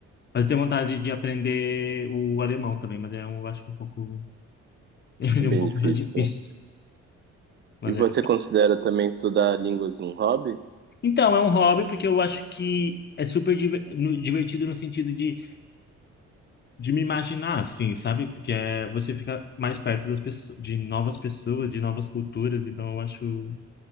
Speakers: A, on the left; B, on the right.
A: Mas eu tenho vontade de aprender o alemão também, mas é um, eu acho um pouco, <laughs> ele
B: é bem
A: é um pouco
B: difícil.
A: já difícil, mas
B: E você
A: é
B: considera também estudar línguas um hobby?
A: então, é um hobby porque eu acho que é super diver- no- divertido no sentido de de me imaginar assim, sabe? Porque é, você fica mais perto das pessoas, de novas pessoas, de novas culturas, então eu acho,